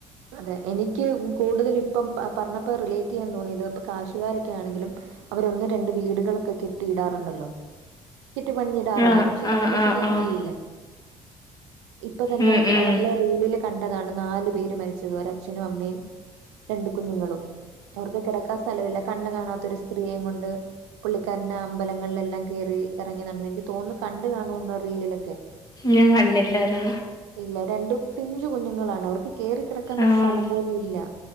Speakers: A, on the right; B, on the left.
A: അതെ എനിക്ക് ഉം കൂടുതൽ ഇപ്പം അ പറഞ്ഞപ്പ റിലേറ്റെയ്യാൻ തോന്നിയത് ഇപ്പ കാശുകാരൊക്കെ ആണെങ്കിലും അവരൊന്ന് രണ്ട് വീടുകളൊക്കെ കെട്ടിയിടാറുണ്ടല്ലോ കിട്ടി പണിഞ്ഞിടാറുണ്ട്
B: ആഹ്
A: പക്ഷെ
B: ആഹ്
A: താമസിക്കാൻ
B: ആഹ് ആഹ്
A: ആരുല്യാ ഇപ്പൊ തന്നെ
B: ഉം ഉം
A: നമ്മള് റീലിൽ കണ്ടതാണ് നാലു പേര് മരിച്ചത് ഒരഅച്ഛനും അമ്മയും ഇ രണ്ട് കുഞ്ഞുങ്ങളും അവർക്ക് കിടക്കാ സ്ഥലുല്യ കണ്ണ് കാണാത്ത ഒരു സ്ത്രീയേം കൊണ്ട് പുള്ളിക്കാരൻ അമ്പലങ്ങളിൽ എല്ലാം കേറി ഇറങ്ങി നടന്ന് എനിക്ക് തോന്നുന്നു കണ്ടു കാണൂന്ന് റീലിലൊക്കെ
B: ഞാൻ കണ്ടിട്ട്ല്ലാല്ലോ
A: ഇല്ല രണ്ട് പിഞ്ചു കുഞ്ഞുങ്ങളാണ് അവർക്ക് കേറികിടക്ക ക്കാൻ
B: ആഹ്
A: സ്ഥലം പോലും ഇല്ല